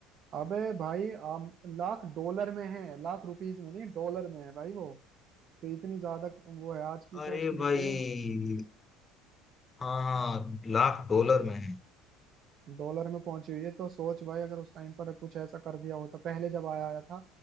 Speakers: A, on the right (about 45°); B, on the left (about 25°).
A: अबे भाई आम, लाख डॉलर में है लाख रुपीस में नहीं डॉलर में है भाई वो तो इतनी ज्यादा वो है आज की
B: अरे
A: तो उसकी वैल्यू
B: भाई हाँ हाँ लाख डॉलर में है
A: डॉलर में पहुंची हुई है तो सोच भाई अगर उस टाइम पर कुछ ऐसा कर दिया होता पहले जब आया आया था